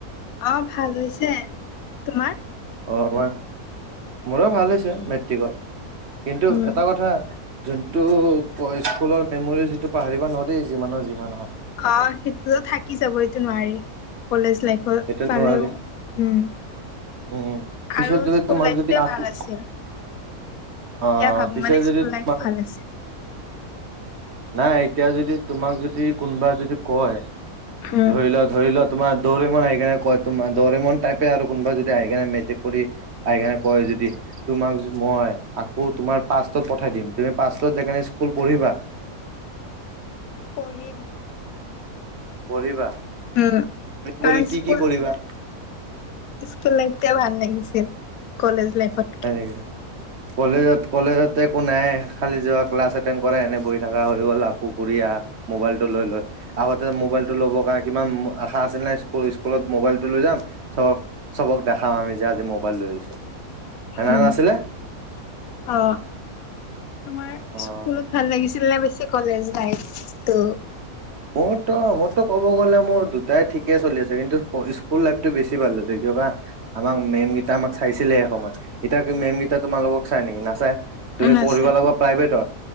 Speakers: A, on the left; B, on the right.
A: অ', ভাল হৈছে। তোমাৰ?
B: অ, তোমাৰ মোৰো ভাল হৈছে মেট্ৰিকত। কিন্তু
A: উম
B: এটা কথা যোনটোত কৈ স্কুলৰ মেমৰিজ ইটো পাহৰিব নৰি, যিমানৰ যিমান হওঁক।
A: অ' সিটোয়ো থাকি যাব, সেইটো নোৱাৰি। কলেজ লাইফৰ
B: সেইটো
A: পালেও,
B: নোৱাৰি
A: উম।
B: উম পিছে
A: আৰু
B: যদি
A: স্কুল
B: তোমাক
A: লাইফটোৱে
B: যদি আকৌ
A: ভাল আছিল। এতিয়া
B: অ
A: ভাবো
B: পিছে
A: মানে
B: যদি
A: স্কুল
B: তোমাক
A: লাইফ ভাল আছে।
B: নাই এতিয়া যদি তোমাক যদি কোনোবা যদি কয়'
A: উম
B: ধৰি লোৱা ধৰি ল তোমাৰ দৌৰি মন আহি কেনে কয় 'দৌৰে মন টাইপে আৰু কোনোবা যদি আহিনে মেজিক কৰি আইকাৰণে কয় যদি তোমাক মই আকৌ তোমাৰ পাচত'ত পঠাই দিম। তুমি পা যেকানে স্কুল পঢ়িবা'
A: পঢ়িম।
B: পঢ়িবা'
A: উম কাৰণ
B: কৰি কি
A: স্কুল
B: কি কৰিবা?
A: স্কুল লাইফ টয়া ভাল লাগিছিল' কলেজ লাইফত।
B: হয় নেকি? কলেজত কলেজজে একো নাই' খালি যোৱা ক্লাছ এটেণ্ড কৰা এনে বহি থকা হৈ গ'ল' আকৌ ঘুৰি আহ। মোবাইল টো লৈ লৈ। আগতে মোবাইলটো লবৰ কাৰণে কিমান আশা আছিল নাই' স্কোল স্কুলত মোবাইলটো লৈ যাম। তাপা চবক দেখাম আমি যে' আজি মোবাইল লৈ আহিছো। সেনে
A: উ'
B: নাছিলে
A: অ' তোমাৰ
B: অ
A: স্কুলত ভাল লাগিছে স্কুল নে বেছি কলেজ লাইফ তো
B: মোৰতো মোৰতো ক'ব গ'লে মোৰ দুটাই ঠিকে চলি আছে কিন্তু স্কুল লাইফটো বেছি ভাল হৈছে কিবা আমাক মেমকেইটা আমাক চাইছিলে সেই সময়ত। এতিয়া কি মেমকেইটা তোমালোকক চাই নেকি! নাচাই? তুমি
A: আছে
B: পঢ়িব লাগে প্ৰাইভেটত'